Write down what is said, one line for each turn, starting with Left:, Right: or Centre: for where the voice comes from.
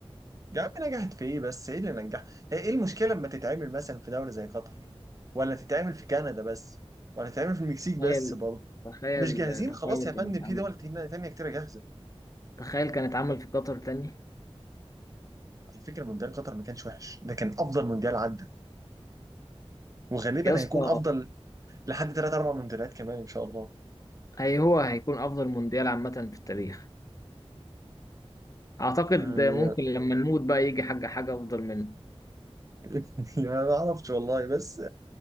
Right: يا عم نجحت في ايه بس ايه اللي نجح هي ايه المشكله لما تتعمل مثلا في دوله زي قطر ولا تتعمل في كندا بس ولا تتعمل في المكسيك
Left: تخيل
Right: بس برضه
Left: تخيل
Right: مش جاهزين
Left: تخيل
Right: خلاص يا فندم
Left: كانت
Right: في
Left: عمل
Right: دول تين- تانية كتيرة جاهزة
Left: تخيل كانت عمل في قطر تاني
Right: على فكرة مونديال قطر ما كانش وحش ده كان أفضل مونديال عدى وغالبا
Left: يا اسطى
Right: هيكون أفضل لحد ثلاث أربع مونديالات كمان إن شاء الله
Left: هي هو هيكون افضل مونديال عامة في التاريخ اعتقد
Right: آه،
Left: ممكن لما نموت بقى يجي حاجة حاجة افضل منه
Right: <laughs> يعني ما اعرفش والله بس